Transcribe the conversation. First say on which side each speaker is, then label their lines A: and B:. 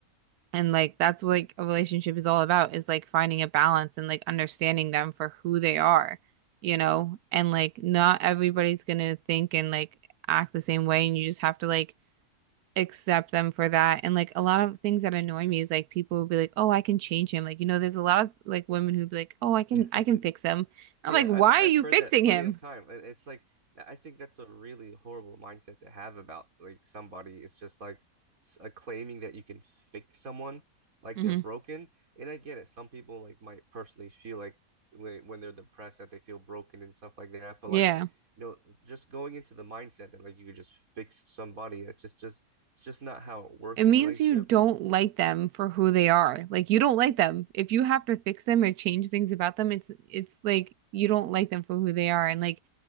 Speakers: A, on the right; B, on the right.
A: and like that's what like a relationship is all about is like finding a balance and like understanding them for who they are, you know? And like not everybody's gonna think and like act the same way and you just have to like accept them for that. And like a lot of things that annoy me is like people will be like, "Oh, I can change him." Like, you know, there's a lot of like women who'd be like, "Oh, I can
B: <laughs>
A: I can fix him." I'm
B: Yeah,
A: like, "Why
B: I've I've
A: are you
B: heard
A: fixing
B: that plenty
A: him?"
B: of time. And it's like yeah, I think that's a really horrible mindset to have about like somebody. It's just like s- uh, claiming that you can fix someone like
A: hmm
B: they're broken. And I get it. Some people like might personally feel like when when they're depressed that they feel broken and stuff like that. But
A: Yeah.
B: like you know, just going into the mindset that like you could just fix somebody. That's just just it's just not how it works
A: It means
B: in a relationship.
A: you don't like them for who they are. Like you don't like them. If you have to fix them or change things about them, it's it's like you don't like them for who they are. And like